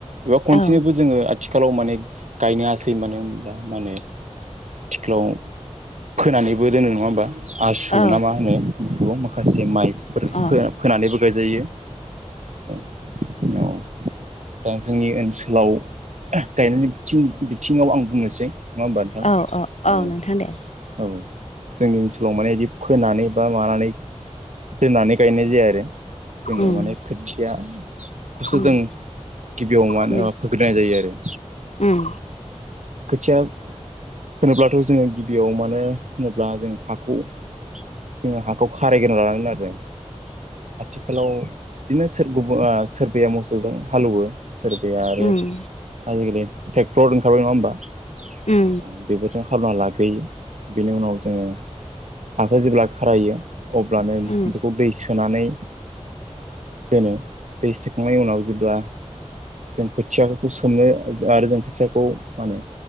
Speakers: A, on the right; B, on the left.
A: बेयाव खनसेनोबो
B: औ औ
A: जोङो आथ थिखालाव माने गायनो हासोयो मानो होमब्ला माने थिख्लाव फोनानैबो दोनो। नङा होमबा? आसु
B: औ
A: ना मा होनो बेखौबो माखासे माइफोर
B: औ
A: फो-फोनानैबो गायजायो। औ <unintelligible> औ। दा जोंनि ओनसोलाव गायनायनि बिथिं बिथिङाव आं बुंनोसै। नङा होनोमबा नोंथां?
B: औ
A: औ
B: नोंथां दे
A: औ। जोंनि ओनसोलाव माने इदि फोनानै बा मानानै दोननानै गायनाय जाया आरो। जोंनियाव
B: उम
A: माने खोथियाखौसो
B: उम
A: जों गिबियाव मानो
B: उम
A: होमबा फोग्रोनाय जायो आरो।
B: उम
A: खोथिया होनोब्लाथ' जोङो गिबियाव मानो होनोब्ला जों हाखौ जोङो हाखौ खारायग्रोना लानांगोन आरो। आथिखालाव बिदिनो सोर गुब ओ सोरबाया मसौ जों हालौवो सोरबाया आरोे
B: उम
A: आजिखालि ट्रेक्टर ओंखारबाय। नङा होमबा?
B: उम
A: औ बेबोथ' हालौना लाग्रोयो बिनि उनाव जोङो हाखौ जेब्ला खारायो अब्लानो
B: उम
A: बेखौ दै सोनानै दोनो। दै सोखांनायनि उनाव जेब्ला जों खोथिया फोरखौ सोमो आरो जों खोथियाखौ मा होनो